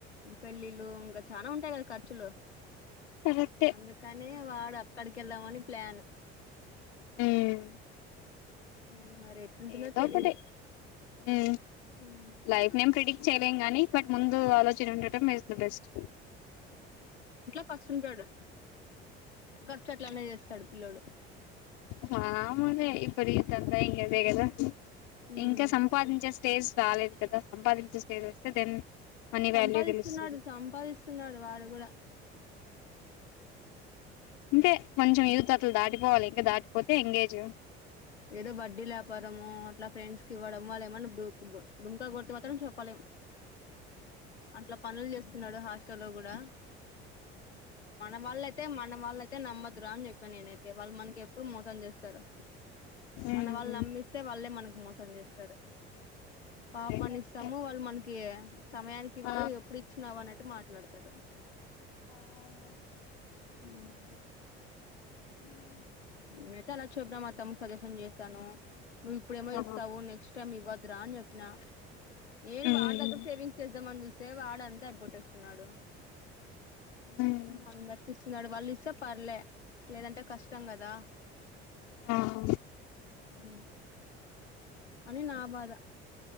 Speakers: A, on the left; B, on the left.
A: పెళ్ళిళ్ళు ఇంకా చానా ఉంటాయి కదా ఖర్చులు
B: కరెక్టే
A: అందుకనే వాడు అక్కడిక్ కెళ్దామని ప్లాన్
B: ఉమ్
A: ఉమ్, మరి ఎట్లుంటుందో
B: ఏదో
A: తెలీదు
B: ఒకటి ఉ మ్
A: ఉమ్.
B: లైఫ్ నేం ప్రిడిక్ట్ చేయ గానీ బట్ ముందు ఆలో చన ఉండటం ఇజ్ ద బెస్ట్
A: ర్స్తుు ఉంటాడు కర్చు అట్లనే చేస్తాడు పిల్లోడు
B: మ్ హా ఎమో లే ఇప్పుడు ఇదంతా ఏం చే బే గదా
A: ఉమ్
B: ఇంకా సంపాదించేస్ స్టేజ్ రాలేదు కదా సంపాదించే స్టేజ్ వస్తే దెన్ మనీ
A: సంపాదిస్తున్నాడు
B: వాల్యూ తెలుస్తది
A: సంపాదిస్తున్నాడు వాడు కూడా
B: అంటే కొంచెం యూత్ అతలు దాటిపోవాలి ఇగా దాటిపోతే ఎంగేజ్
A: ఏదో వడ్డీ లే పరమో అట్లా ఫ్రెండ్స్ కి ఇవ్వడము వాళ్ళ ఏమన్నా డుంకా కొట్టి మాత్రం చెప్పలేం అట్లా పనులు చేస్తున్నాడు హాస్టల్ లో కూడా మన వాళ్ళ అయితే మన వాళ్ళయితే నమ్మదురా అని చెప్పిన నేనైతే వాళ్ళు మనకి ఎప్పుడు మోసం చేస్తారు మన
B: అదే
A: వాళ్ళు నమ్మి ఇస్తే వాళ్ళే మనకి మోసం చేస్ సర పాపం అని
B: కరెక్టే
A: ఇస్తాము వాళ్ళు మన్ కే సమయానికి ఇవ్వరు
B: ఆ
A: ఎప్పు ఇచ్చినవు అట్టు మాట్ ట్లాడతారా
B: అవును
A: ఉ ఆ
B: ఉ
A: నేను అయితే అలా చెప్పా మా తమ్మునికి సజెషన్ చేశాను నువు ఇప్పుడెమో
B: ఆహా
A: ఇస్తావు నెక్ట్ టైమ్ ఇవదు ద్రా అని చెప్పిన నేను
B: ఉమ్
A: వాడ్ దగ్గరే సేవింగ్ చేద్దాం ని చూేస్ సేవ ఆడ అంతా అయి పగోట్టేస్తున్నాడు
B: ఉమ్
A: అన్ దర్కు స్తూన్నాడు వాళ్ళు ఇస్తే పర్లే లేదంటే కష్ స్తం గదా
B: ఆ హా
A: ఉ మ్ అని నా బాద